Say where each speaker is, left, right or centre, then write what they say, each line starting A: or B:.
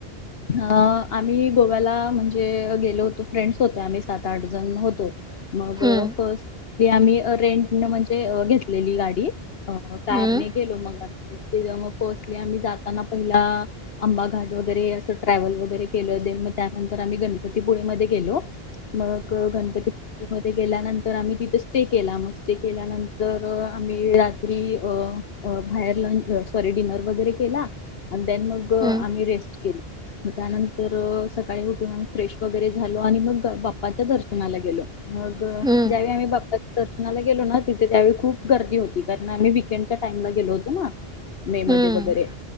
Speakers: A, on the left (about 65°); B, in the centre.
A: अ आम्ही गोव्याला म्हणजे गेलो होतो फ्रेंड्स होते आम्ही सात आठ जण होतो मग
B: हम्म
A: की आम्ही रेंट न म्हणजे घेतलेली गाडी अ कारने
B: हम्म
A: गेलो मग ते मग फर्स्टली आम्ही जाताना पहिला आंबाघाट वगैरे ट्रॅव्हल वगैरे केलं ज म त्यानंतर आम्ही गणपतीपुळे मध्ये गेलो मग गणपती. मध्ये गेल्यानंतर आम्ही तिथे स्टे केला मग स्टे केल्यानंतर आम्ही रात्री अ बाहेर लंच सॉरी डिनर वगैरे केला आणि दन मग
B: हम्म
A: आम्ही रेस्ट केली. मग त्यानंतर सकाळी उठून आम्ही फ्रेश वगैरे झालो आणि मग बाप्पाच्या दर्शनाला गेलो मग
B: हम्म
A: ज्यावेळी आम्ही बाप्पाच्या दर्शनाला गेलो ना तिथे त्यावेळी खूप गर्दी होती कारण आम्ही वकेंडच्या टाइमला गेलो होतो ना. मे
B: हम्म
A: मध्ये वगैरे